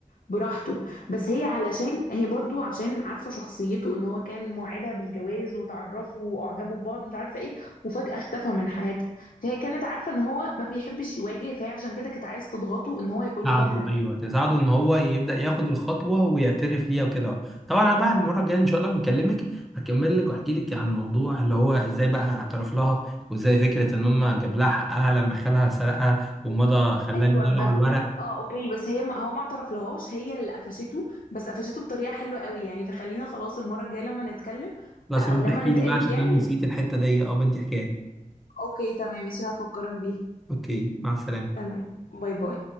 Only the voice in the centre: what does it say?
ساعدوا
ايوه تساعدوا ان هو يبدا ياخد الخطوه ويعترف ليها وكده طبعا انا بقى المره الجايه ان شاء الله لما اكلمك هكمل لك واحكي لك عن الموضوع اللي هو ازاي بقى اعترف لها وازاي فكره ان هم جاب لها حقها لما خالها سرقها ومضى خلاها
يديله
على الورق
بس
يا بنتي
احكي
لي بقى عشان
انا نسيت الحتة دي اه بنتي احكيها لي
اوكي مع السلامة